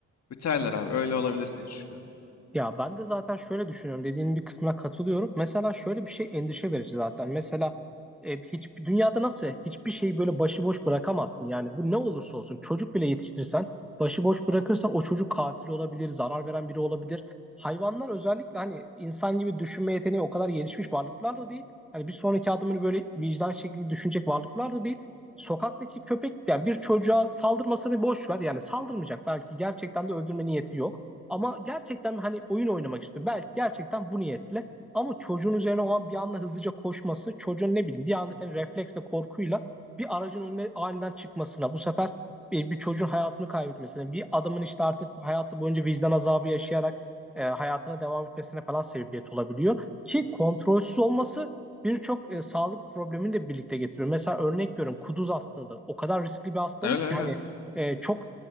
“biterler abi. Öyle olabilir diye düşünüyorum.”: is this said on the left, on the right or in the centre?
Left